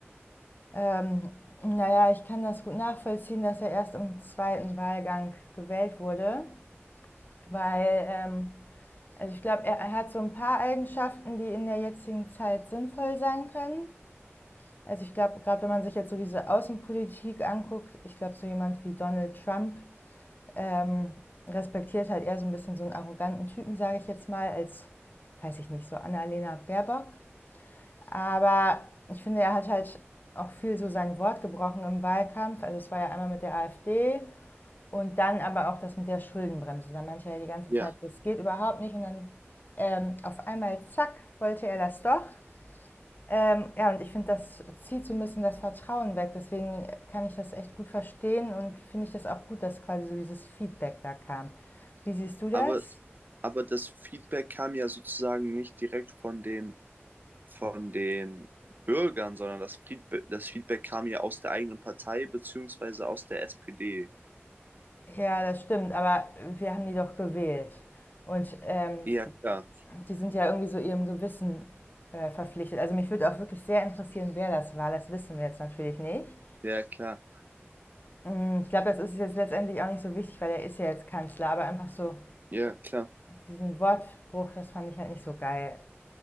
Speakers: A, on the left (about 45°); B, on the right (about 45°).
A: Ähm, naja, ich kann das gut nachvollziehen, dass er erst im zweiten Wahlgang gewählt wurde, weil, ähm, also ich glaube, er, er hat so ein paar Eigenschaften, die in der jetzigen Zeit sinnvoll sein können. Also ich glaube, gerade wenn man sich jetzt so diese Außenpolitik anguckt, ich glaube, so jemand wie Donald Trump ähm, respektiert halt eher so ein bisschen so einen arroganten Typen, sage ich jetzt mal, als, weiß ich nicht, so Annalena Baerbock. Aber ich finde, er hat halt auch viel so sein Wort gebrochen im Wahlkampf. Also es war ja einmal mit der AfD und dann aber auch das mit der Schuldenbremse. Da meinte er ja die ganze
B: Ja,
A: Zeit, das geht überhaupt nicht. Und dann ähm, auf einmal, zack, wollte er das doch. Ähm, ja, und ich finde, das zieht so ein bisschen das Vertrauen weg. Deswegen kann ich das echt gut verstehen und finde ich das auch gut, dass quasi so dieses Feedback da kam. Wie siehst du das?
B: aber, aber das Feedback kam ja sozusagen nicht direkt von den, von den Bürgern, sondern das Feedback, das Feedback kam ja aus der eigenen Partei beziehungsweise aus der SPD.
A: Ja, das stimmt, aber wir haben die doch gewählt. Und ähm,
B: Ja, klar.
A: die sind ja irgendwie so ihrem Gewissen äh, verpflichtet. Also mich würde auch wirklich sehr interessieren, wer das war. Das wissen wir jetzt natürlich nicht.
B: Ja, klar.
A: Mm, Ich glaube, das ist jetzt letztendlich auch nicht so wichtig, weil er ist ja jetzt Kanzler. Aber einfach so
B: Ja, klar.
A: diesen Wortbruch, das fand ich halt nicht so geil.